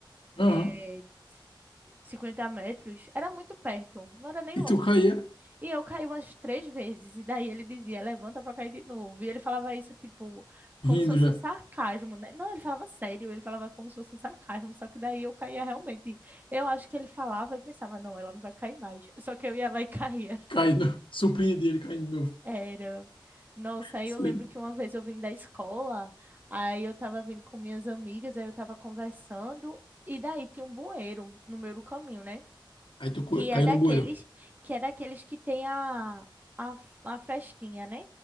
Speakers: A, on the left; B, on the right.
A: Aham.
B: é, 50 metros, era muito perto, não era nem longe.
A: E tu caía
B: E eu caí umas três vezes, e daí ele dizia, levanta pra cair de novo. E ele falava isso, tipo, como
A: rindo
B: se fosse
A: já.
B: um sarcasmo, né? Não, ele falava sério, ele falava como se fosse um sarcasmo, só que daí eu caía realmente. Eu acho que ele falava e pensava, não, ela não vai cair mais. Só que eu ia lá e caía.
A: Caindo. <laughs> Surpreendi ele caindo de novo.
B: Era. Nossa, aí
A: Sei.
B: eu lembro que uma vez eu vim da escola, aí eu tava vindo com minhas amigas, aí eu tava conversando, e daí tinha um bueiro no meio do caminho, né?
A: Aí tu co-
B: que é
A: caiu
B: daqueles
A: no bueiro.
B: que é daqueles que tem a, a, a frestinha, né?